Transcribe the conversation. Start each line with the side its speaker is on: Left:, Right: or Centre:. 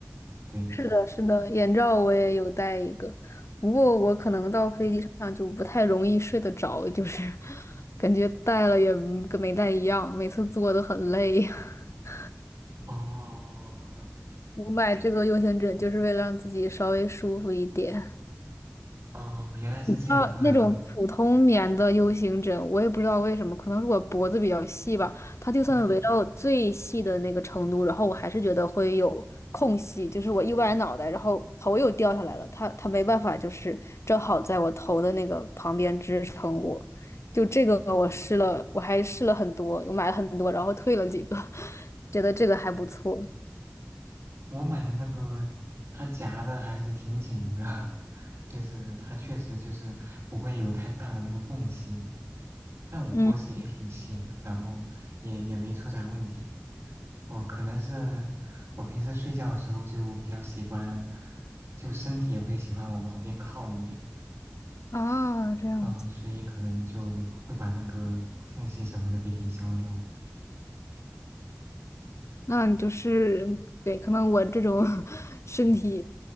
Right: 对，
Left: 是的，是的，眼罩我也有戴一个，不过我可能到飞机上就不太容易睡得着，就是 <laughs> 感觉戴了也嗯跟没戴一样，每次坐都很累。<laughs>
Right: 哦
Left: 我买这个 U 型枕就是为了让自己稍微舒服一点。
Right: 哦，原来是这样，
Left: 啊，
Right: 啊。
Left: 那种普通棉的 U 型枕，我也不知道为什么，可能是我脖子比较细吧。它就算围到最细的那个程度，
Right: <laughs>
Left: 然后我还是觉得会有空隙，就是我一歪脑袋，然后头又掉下来了。它它没办法，就是正好在我头的那个旁边支撑我。就这个我试了，我还试了很多，我买了很多，然后退了几个，<laughs> 觉得这个还不错。
Right: 嗯。我买的那个，它夹的还是挺紧的，<laughs> 就是它确实就是不会有太大的那个缝隙。但我脖子也挺细的，
Left: 嗯，
Right: 然后也也没出啥问题。哦，可能是我平时睡觉的时候就比较喜欢，就身体也会喜欢往旁边靠一点，
Left: 啊，这样子。
Right: 嗯，所以可能就会把那个缝隙什么的给抵消掉。
Left: 那你就是，对，可能我这种 <laughs> 身体
Right: 嗯。